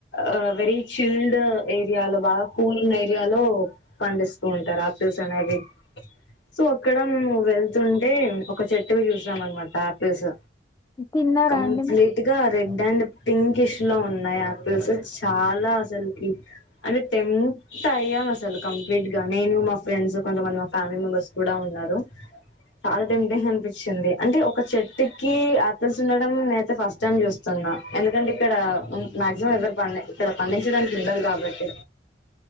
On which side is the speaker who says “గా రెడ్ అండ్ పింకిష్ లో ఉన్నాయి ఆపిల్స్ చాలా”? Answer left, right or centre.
Left